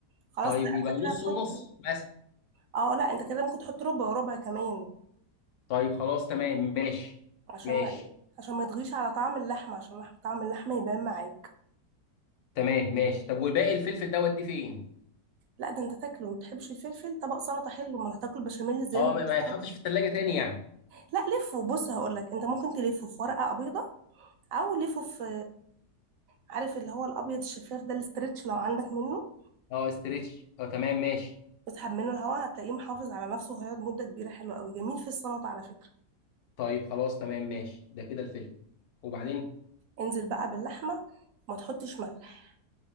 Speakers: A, on the right; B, on the left.
A: خلاص
B: طيب
A: لا
B: يبقى
A: انت كده
B: نص
A: هتحط
B: ونص مثلا
A: اه لا انت كده ممكن تحط ربع وربع كمان
B: طيب خلاص تمام ماشي
A: عشان
B: ماشي
A: ما ايه عشان ما يطغيش على طعم اللحمه عشان لح- طعم اللحمه يبان معاك
B: تمام ماشي طب وباقي الفلفل ده اوديه فين
A: لا ده انت تاكله ما بتحبش الفلفل طبق سلطه حلو امال هتاكل بشاميل ازاي
B: اه
A: من غير
B: ما ما
A: سلطه
B: يتحطش في التلاجة تاني يعني
A: لا لفه بص هقول لك انت ممكن تلفه في ورقه بيضه او لفه في عارف اللي هو الابيض الشفاف ده الاسترتش لو عندك منه
B: اه استريتش اه تمام ماشي
A: اسحب منه الهواء هتلاقيه محافظ على نفسه وهيقعد مده كبيره حلوه قوي جميل في السلطه على فكره
B: طيب خلاص تمام ماشي ده كده الفلفل وبعدين ما
A: انزل بقى باللحمه وما تحطش ملح